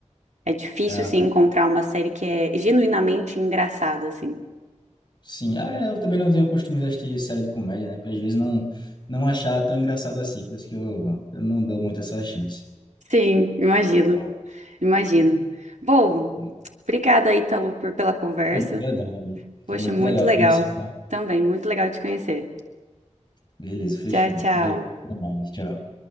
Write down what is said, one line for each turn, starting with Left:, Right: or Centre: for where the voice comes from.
Right: É difícil,
Left: É,
Right: assim, encontrar uma série que é genuinamente engraçada, assim.
Left: sim, ah, é, eu também não tenho costume de assistir série de comédia, né? Porque às vezes não, não achar tão engraçado assim, por isso que eu, eu não dou muito essa chance.
Right: Sim, imagino,
Left: Ó,
Right: imagino. Bom,
Left: é,
Right: obrigada, Ítalo, por, pela conversa.
Left: Obrigadão, Davi.
Right: Poxa,
Left: foi muito
Right: muito
Left: legal
Right: legal.
Left: te conhecer, tá?
Right: Também, muito legal te conhecer.
Left: Beleza, fechou.
Right: Tchau, tchau.
Left: Obrigado. Até mais, Tchau.